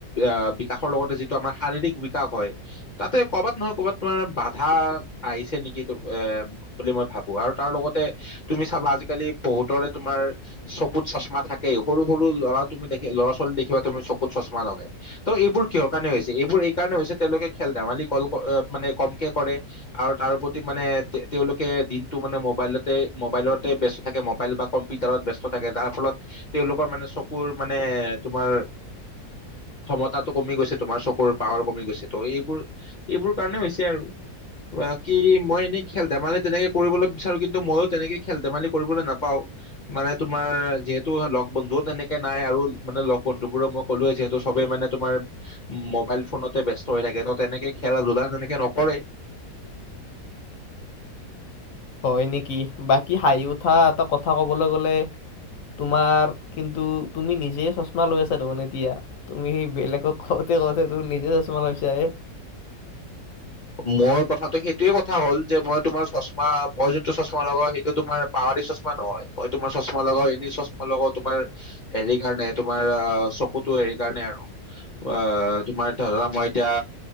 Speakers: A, on the left (about 50°); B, on the left (about 65°).
A: আ বিকাশৰ লগতে যিটো আমাৰ শাৰীৰিক বিকাশ হয়, তাতে ক'বাত নহয় ক'বাত তোমাৰ বাধা আহিছে নেকি এ বুলি মই ভাবো, আৰু তাৰ লগতে তুমি চাবা আজিকালি বহুতৰে তোমাৰ চকুত চশমা থাকেই, সৰু- সৰু ল'ৰা তুমি দেখি ল'ৰা-ছো দেখিবা তুমি চকুত চশমা লগাই। ত' এইবোৰ কিহৰ কাৰনে হৈছে? এইবোৰ এই কাৰণ হৈছে তেওঁলোকে খেল-ধেমালী কল কৰে মানে কমকে কৰে আৰু তাৰ প্ৰতি মানে, তেওঁলোকে দিনটো মানে মোবাইলতে, মোবাইলতে ব্যষ্ট থাকে। মোবাইল বা কম্পিউটাৰত ব্যষ্ট থাকে, যাৰ ফলত তেওঁলোকৰ মানে চকুৰ মানে তোমাৰ ক্ষমতাটো কমি গৈছে, তোমাৰ চকুৰ পাৱাৰ কমি গৈছে ত' এইবোৰ- এইবোৰ কাৰণে হৈছে আৰু, কি মই এনেই খেল-ধেমালি তেনেকে কৰিবলৈ বিচাৰো কিন্তু ময়ো তেনেকে খেল ধেমালি কৰিবলৈ নাপাওঁ। মানে তোমাৰ যিহেতু লগ- বন্ধুও তেনেকে নাই আৰু মানে লগ বন্ধুবোৰক মই কলোৱে যিহেতু, চবে মানে তোমাৰ মোবাইল ফোনতে ব্যস্ত হৈ থাকে ত, তেনেকে খেলা-ধূলা তেনেকে নকৰেই।
B: হয় নেকি, বাকী হাঁহি উঠা এটা কথা ক'বলৈ গ'লে তোমাক কিন্তু তুমি নিজে চশমা লৈ আছা দেখোন এতিয়া, তুমি বেলেগক কওতে কওতে তুমি নিজে চশমা লৈছা <unintelligible>
A: মোৰ কথাটো সেইটোৱে কথা হ'ল যে, মই তোমাৰ চশমা, মই যোনটো চশমা লগাও সেইটো তোমাৰ পাৱাৰী চশমা নহয়। মই তোমাৰ চশমা লগাও এনে চশমা লগাও তোমাৰ হেৰি কাৰণে, তোমাৰ আহ চকুতো হেৰি কাৰণে আৰু আহ তোমাৰ ধৰা মই এতিয়া